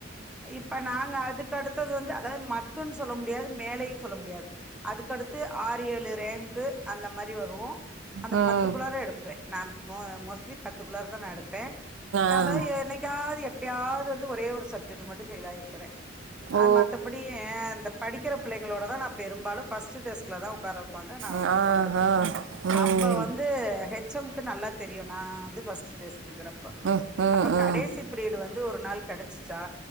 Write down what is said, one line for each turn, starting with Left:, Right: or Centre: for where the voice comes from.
Centre: இப்ப நாங்க அதுக்கு அடுத்தது வந்து அதாவது மட்டன்னு சொல்ல முடியாது மேலையு சொல்ல முடியாது அதுக்கடுத்து ஆறு ஏழு ரேங்க்கு அந்த மாரி வரு அந்த
Right: ம்
Centre: பத்துக்குள்ளார எடுப்பே நா மோ மோஸ்லி பத்துகுள்ளார தா நா எடுப்பே
Right: ம்
Centre: அதாவது
Right: ஆ
Centre: என்னைக்காவது எப்பயாவது வந்து ஒரே ஒரு சப்ஜெட் மட்டு ஃபெயில் ஆயிருக்குறே அது
Right: ஓ
Centre: ம மத்தபடி அ படிக்கிற பிள்ளைங்களோட தா நா பெரும்பாலு ஃபரஸ்ட்டு டெஸ்க்ல தா உக்காரவேப்பாங்க நா அங்க
Right: ஆ
Centre: உக்காந்துருக்கே
Right: ஆ ம் ம்
Centre: அப்ப வந்து து ஹெச் எம்கு நல்லா தெரியு நா வந்து ஃபர்ஸ்ட் டெஸ்குங்கறப்போ
Right: ம் ம்
Centre: அப்ப கடைசி பீரியட் வந்து ஒரு நாள் கேடச்சிச்சா